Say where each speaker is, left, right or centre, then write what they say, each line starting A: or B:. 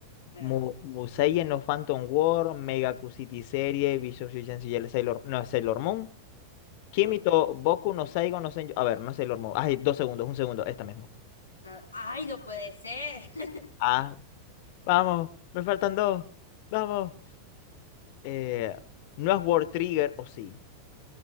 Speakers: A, on the left (about 80°); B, on the left (about 45°).
A: pero
B: Mu
A: no,
B: Musei no Phantom War, Mega City Serie, Visual Shusen Sailor, Sailor- no, Sailor Moon, Kimito,
A: no,
B: Boku no Saigo no Senju, a ver, no es Sailor Moon. Ay, dos segundos, un segundo, esta misma.
A: nada. ¡Ay, no puede ser! <laughs>
B: Ah, vamos, me faltan dos, vamos. Eh, no es World Trigger, o sí.